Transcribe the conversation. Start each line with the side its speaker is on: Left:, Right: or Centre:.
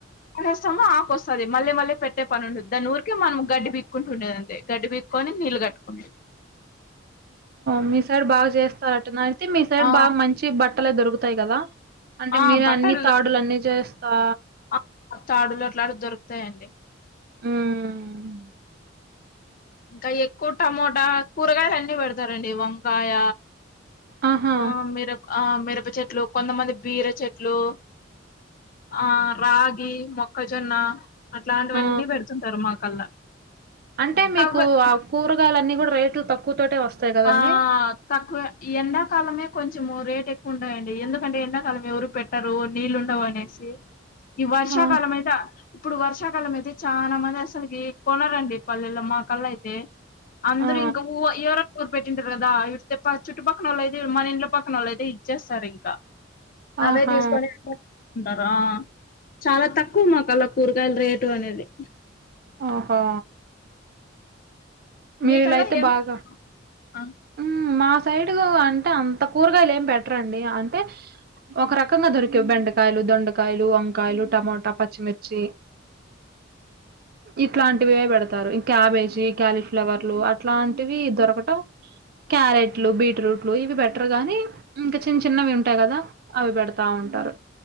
Left: కస్తమా ఆకు వస్తది మళ్ళీ మళ్ళీ పెట్టే పని ఉండదు దన్ని ఊరిక మనం గడ్డి పీక్కుంటు ఉండేదంతె గడ్డి బిక్కోని నిలు కట్టుకునేది
Right: మీ సైడ్ బాగా చేస్తారటన అయితే మీ సైడ్
Left: ఆ
Right: బాగ మంచి బట్టలు దొరుకుతాయి కదా అంటే
Left: ఆ
Right: మీరే
Left: బట్టలు
Right: అన్ని తాడులు అన్ని చేస్తా
Left: ఆ తాడులు అట్లాటీవీ దొరుకుతాయండి
Right: హ్మ్.
Left: ఇంకా ఎక్కువ టమోటా కూరగాయలు అన్ని పెడతారండి వంకాయ
Right: ఆహా!
Left: ఆ మిర ఆ మిరప చెట్లు కొంతమంది బీర చెట్లు ట్లు ఆ రాగి మొక్కజొన్న అట్లాంటివన్నీ
Right: ఆ!
Left: పెడుతుంటారు మాకల్లా
Right: అంటే మీకు
Left: కాకపోతే
Right: ఆ కూరగాయల అన్నీ కూడా రైతులు తక్కువ తటే వస్తాయి గదండీ?
Left: ఆ తక్కువ ఎండాకాలమే కొంచం కొంచెము రేట్ ఎక్కువ ఉండయంండి ఎందుకంటే ఎండాకాలం ఎవరు పెట్టరు నీళ్ళు ఉండవు అనేసి ఈ వర్షాకాలం
Right: ఆ!
Left: అయితే ఇప్పుడు వర్షాకాలం అయితే చాలా మంది అసలుకి కొనరండి పల్లెల్లో మా కల్లా అయితే అందరుూ
Right: ఆ!
Left: ఇంకా ఊ ఎవర ఊరు పెట్టింటారు కదా ఇతే చుట్టుపక్క వాళ్ళు అయితే మన ఇంట్ల పక్కనవాళ్లు అయితే ఇచ్చేస్తారు ఇంకా అవే
Right: ఆహా!
Left: తీసుకొని అంటారా చాలా తక్కువ మకాల కూరగాయల రేటు అనేది
Right: ఓహో మీరి
Left: మీకల్లా
Right: ఇలా అయితే
Left: ఏం
Right: బాగా
Left: ఆ
Right: హ్మ్. మా సైడ్ అంటే అంత కూరగాయలు ఏం పెట్టరండి అంటే ఒక రకంగా దొరికేవి బెండకాయలు దొండకాయలు వంకాయలు టమోటా పచ్చిమిర్చి ఇట్లాంటివే పెడతారు క్యాబేజీ క్యాలీఫ్లవర్లు అట్లాంటివి దొరకటం క్యారెట్లు బీట్రూట్లు ఇవి బెటర్ గాని ఇంకా చిన్న చిన్నవి ఉంటాయి కదా అవి పెడతా ఉంటాయి ఉంటారు